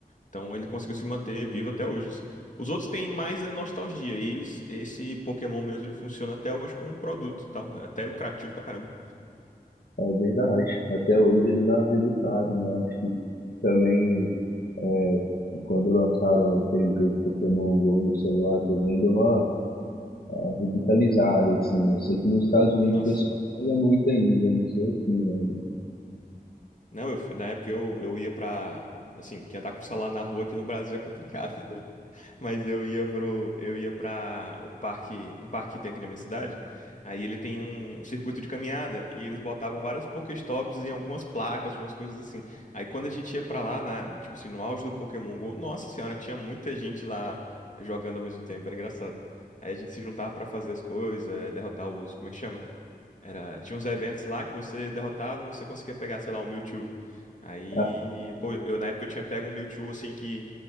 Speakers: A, on the left; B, on the left.
A: Então ele conseguiu se manter vivo até hoje, assim. Os outros têm mais é nostalgia. E eles, esse Pokémon mesmo, ele funciona até hoje como um produto e tal. É até lucrativo pra caramba.
B: É verdade. Até hoje ele dá resultado, né? Acho que também é, quando lançaram aquele jogo Pokémon Go no celular também deu uma ah, revitalizada, assim. Eu sei que nos Estados Unidos
A: Nossa.
B: o pessoal joga muito ainda, não sei aqui, né? Mas,
A: Não, eu, fui- na época eu, eu ia pra. Assim, que andar com celular na rua aqui no Brasil é complicado. Mas eu ia pro, eu ia para o parque, um parque que tem aqui na minha cidade. Aí ele tem um, um circuito de caminhada e eles botavam várias Pokéstops em algumas placas, algumas coisas assim. Aí quando a gente ia pra lá, na, tipo assim, no auge do Pokémon Go, nossa senhora, tinha muita gente lá jogando ao mesmo tempo, era engraçado. Aí a gente se juntava pra fazer as coisas, eh, derrotar os, como é que chama? Era, tinha uns eventos lá que você derrotava, você conseguia pegar, sei lá, um Mewtwo. Aí,
B: ah,
A: pô, eu na época eu tinha pego um Mewtwo, assim, que